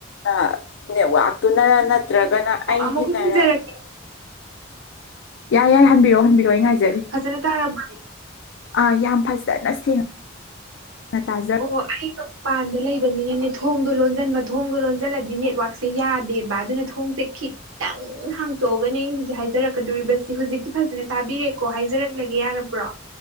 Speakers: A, on the left (about 60°); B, on the right (about 85°).
A: ꯑ ꯅꯦꯠꯋꯥꯛꯇꯨꯅꯔ ꯅꯠꯇ꯭ꯔꯒꯅ
B: ꯑꯣ
A: ꯑꯩꯒꯤꯅꯔ
B: ꯑꯃꯨꯛ ꯈꯨꯝꯖꯔꯛꯀꯦ
A: ꯌꯥꯏ ꯌꯥꯏ ꯍꯟꯕꯤꯔꯛꯑꯣ ꯍꯟꯕꯤꯔꯛꯑꯣ ꯑꯩ ꯉꯥꯏꯖꯔꯤ
B: ꯐꯖꯅ ꯇꯥꯔꯕ
A: ꯑꯥ ꯌꯥꯝ ꯐꯖꯅ ꯁꯦꯡꯅ ꯇꯥꯖ
B: ꯑꯣ ꯑꯩꯗꯣ ꯄꯥꯟꯗ ꯂꯩꯕꯅꯤꯅꯅꯦ ꯊꯣꯡꯗꯣ ꯂꯣꯟꯖꯟꯕ ꯊꯣꯡꯗꯣ ꯂꯣꯟꯖꯜꯂꯗꯤꯅꯦ ꯅꯦꯠꯋꯥꯛꯁꯦ ꯌꯥꯗꯦꯕ ꯑꯗꯨꯅ ꯊꯣꯡꯁꯦ ꯈꯤꯠ ꯇꯪ ꯍꯥꯡꯇꯣꯛꯑꯒꯅꯦ ꯑꯩꯅ ꯍꯧꯖꯤꯛ ꯍꯥꯏꯖꯔꯛꯀꯗꯣꯔꯤꯕꯦ ꯖꯤ ꯍꯧꯖꯤꯛꯇꯤ ꯐꯖꯅ ꯇꯥꯕꯤꯔꯦꯀꯣ ꯍꯥꯏꯖꯔꯛꯂꯒꯦ ꯌꯥꯔꯕ꯭ꯔꯣ